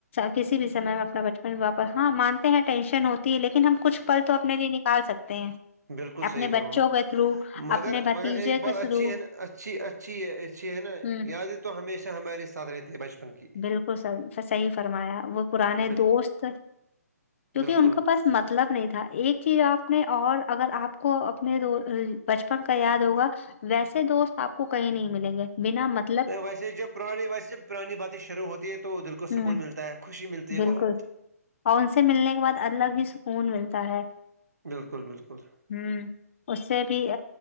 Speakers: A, on the left (about 50°); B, on the right (about 80°).
A: کسی بھی سمے میں اپنا بچپن واپس ہاں مانتے ہیں ٹینشن ہوتی ہے لیکن ہم کچھ پل تو اپنے لیے نکال سکتے ہیں
B: بالکل
A: اپنے
B: صحیح فرمان
A: بچوں کے تھرو
B: مگر
A: اپنے بھتیجے
B: مگر ایک بات
A: کے تھرو
B: اچھی ہے اچھی ا اچھی ہے اچھی ہے نا
A: ہ
B: یادیں تو ہمیشہ ہمارے ساتھ رہتی ہے بچپن کی
A: بالکل صحیح فرمایا وہ پرانے
B: بال
A: دوست کیونکہ
B: بالکل
A: ان کو پاس مطلب نہیں تھا ایک چیز آپ نے اور اگر آپ کو اپنے بچپن کا یاد ہوگا ویسے دوست آپ کو کہیں نہیں ملیں گے بنا مت
B: ویسے جب پرانی ویسے پرانی باتیں شروع ہوتی ہے تو دل کو
A: ہوں
B: سکون ملتا ہے خوشی ملتی ہے
A: بالکل
B: بہت
A: اور ان سے ملنے کے بعد الگ ہی سکون ملتا ہے
B: بالکل بالکل
A: ہوں اس سے بھی